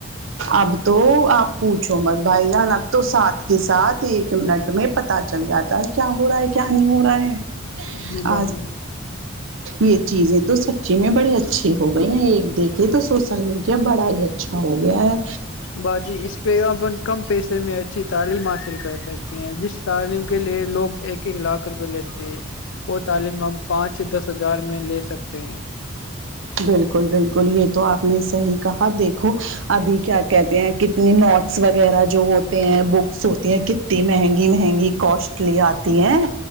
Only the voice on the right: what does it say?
اب تو آپ پوچھو مت بھائی جان اب تو ساتھ کے ساتھ ایک منٹ میں پتا چل جاتا ہے کیا ہو رہا ہے کیا نہیں ہو رہا ہے
آ یہ چیزیں تو سچی میں بڑی اچھی ہو گئی ہیں ایک دیکھے تو سوشل میڈیا بڑا ہی اچھا اچھا ہو گیا ہے
بالکل بالکل یہ تو آپ نے صحی کہا دیکھو ابھی کیا کہتے ہیں کتنی نوٹس وغیرہ جو ہوتے ہیں بکس ہوتی ہیں کتنی مہنگی مہنگی کوسٹلی آتی ہیں